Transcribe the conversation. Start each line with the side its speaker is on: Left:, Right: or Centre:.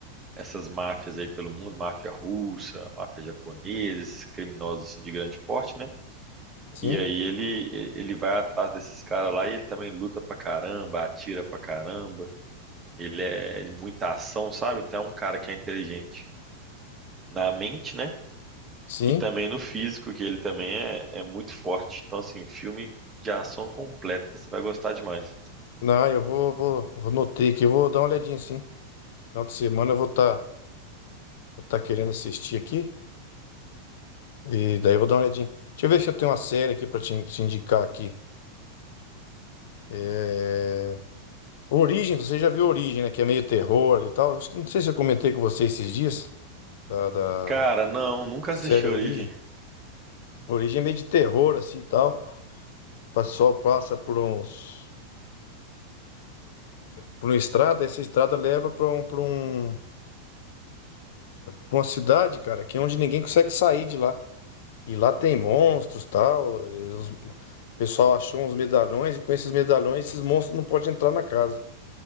Right: essas máfias aí pelo mundo, máfia russa, máfia japonesa, esses criminosos assim, de grande porte, né?
Left: sim,
Right: E aí ele ele vai atrás desses caras lá e ele também luta pra caramba, atira pra caramba. Ele é de muita ação, sabe? Então é um cara que é inteligente na mente, né?
Left: sim.
Right: E também no físico, que ele também é, é muito forte. Então, assim, filme de ação completa. Você vai gostar demais.
Left: Não, eu vou, vou, vou notei aqui, eu vou dar uma olhadinha, sim. Final de semana eu vou estar vou tá querendo assistir aqui. E daí eu vou dar uma olhadinha. Deixa eu ver se eu tenho uma série aqui pra te, te indicar aqui. É, Origem, você já viu Origem, né? Que é meio terror e tal. Acho que não sei se eu comentei com você esses dias da, da
Right: Cara, não, nunca
Left: série
Right: assisti Origem.
Left: Origem. Origem é meio de terror, assim e tal. O pessoal passa por uns. por uma estrada, essa estrada leva pra um, pra um, pra uma cidade, cara, que é onde ninguém consegue sair de lá. E lá tem monstros tal. e O pessoal achou uns medalhões e com esses medalhões esses monstros não podem entrar na casa.